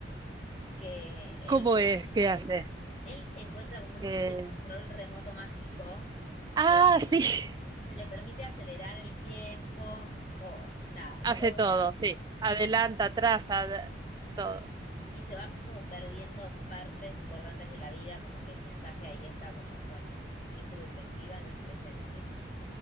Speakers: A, on the left (about 35°); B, on the right (about 20°).
A: que
B: ¿Cómo
A: el tip-
B: es? ¿Qué hace?
A: él encuentra como una
B: Eh,
A: especie de control remoto mágico
B: ah,
A: que
B: sí, <laughs>
A: le, le permite acelerar el tiempo o nada,
B: hace
A: y todo,
B: todo, sí. Adelanta,
A: y, como-
B: atrás, ad- todo,
A: y se va como perdiendo partes importantes de la vida, como que el mensaje ahí está como, bueno, disfruten, vivan el presente.